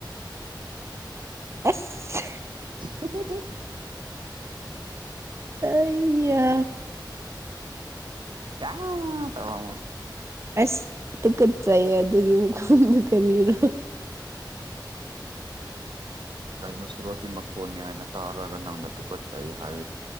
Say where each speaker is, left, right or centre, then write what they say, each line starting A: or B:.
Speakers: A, on the right (about 35°); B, on the right (about 85°).
A: ꯑꯁ
B: ꯁꯁꯤ
A: ꯑꯩꯌ
B: <unintelligible>
A: ꯑꯁ ꯇꯨꯀꯠꯆꯩꯌꯦ ꯑꯗꯨꯒꯤ ꯃꯈꯣꯡꯗꯨ ꯀꯔꯤꯔꯣ
B: ꯗꯥꯏꯅꯣꯁꯣꯔꯣꯁꯤ ꯃꯈꯣꯟꯅꯤ ꯍꯥꯏꯅ ꯇꯥꯔꯒ ꯅꯪꯅ ꯇꯨꯀꯠꯆꯩ ꯍꯥꯏ